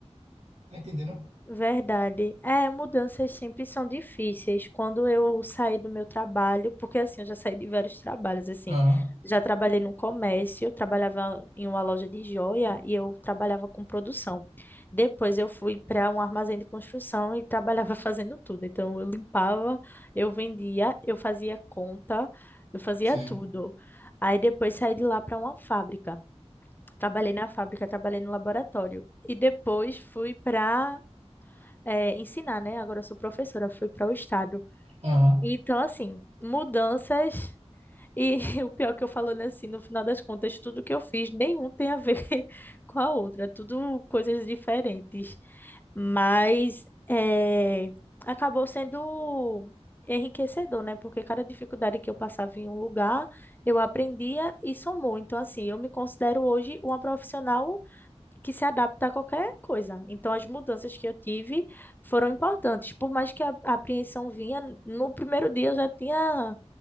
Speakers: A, on the right; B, on the left.
A: Tá entendendo?
B: Verdade. É, mudanças sempre são difíceis. Quando eu saí do meu trabalho, porque assim, eu já saí de vários trabalhos, assim.
A: Aham,
B: Já trabalhei no comércio, eu trabalhava em uma loja de joia e eu trabalhava com produção. Depois eu fui para um armazém de construção e trabalhava <laughs> fazendo tudo. Então eu limpava, eu vendia, eu fazia conta, eu fazia
A: sim.
B: tudo. Aí depois saí de lá para uma fábrica. Trabalhei na fábrica, trabalhei no laboratório. E depois fui para é, ensinar, né? Agora eu sou professora, fui para o estado.
A: Aham.
B: Então, assim, mudanças. E <laughs> o pior que eu falando assim, no final das contas, tudo que eu fiz, nenhum tem a ver <laughs> com a outra, tudo coisas diferentes. Mas é, acabou sendo enriquecedor, né? Porque cada dificuldade que eu passava em um lugar, eu aprendia e somou. Então, assim, eu me considero hoje uma profissional que se adapta a qualquer coisa. Então, as mudanças que eu tive foram importantes. Por mais que a a apreensão vinha, no primeiro dia eu já tinha